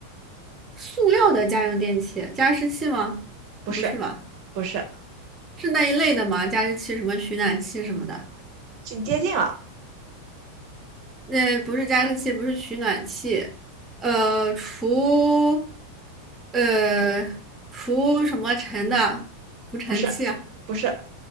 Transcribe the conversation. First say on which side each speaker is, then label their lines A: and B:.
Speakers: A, on the right; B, on the right.
A: 塑料的家用电器，加湿器吗？
B: 不是，
A: 不是吧？
B: 不是，
A: 是那一类的吗？加湿器、什么取暖器什么的？
B: 是接近了，
A: 那不是加湿器，不是取暖器，呃，除呃除什么尘的除尘器。
B: 不是，不是，